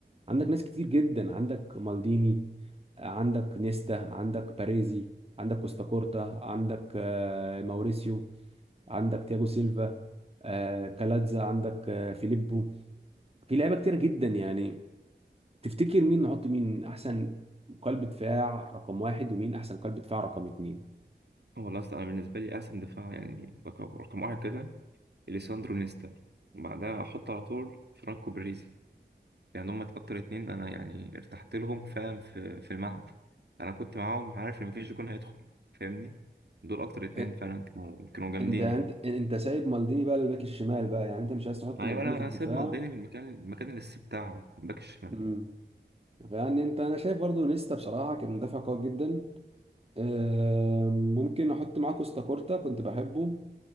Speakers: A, on the right; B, on the right.
A: عندك ناس كتير جدا عندك مالديني عندك نيستا عندك باريزي عندك كوستا كورتا عندك آه، ماوريسيو عندك تياجو سيلفا آه، كالاتزا عندك آه، فيليبو في لعيبه كتيره جدا يعني تفتكر مين نحط مين احسن قلب دفاع رقم واحد ومين احسن قلب دفاع رقم اتنين
B: هو الأصل أنا بالنسبة لي أحسن دفاع يعني رقم رقم واحد كده إليساندرو نيستا وبعدها أحط على طول فرانكو باريزي يعني هما أكتر اتنين أنا يعني ارتحت لهم فاهم في, في الملعب أنا كنت معاهم عارف إن مفيش جون هيدخل فاهمني دول أكتر اتنين
A: إيه،
B: فعلا كانوا كانوا جامدين
A: انت انت
B: يعني
A: انت سايب مالديني بقى للباك الشمال بقى يعني انت مش عايز تحط
B: أيوة
A: مالديني
B: أنا
A: في
B: أنا
A: الدفاع
B: سيب مصدين المكان المكان الأساسي بتاعه الباك الشمال
A: امم يعني انت انا شايف برضو نيستا بصراحه كان مدافع قوي جدا آه، ممكن احط معاه كوستاكورتا كنت بحبه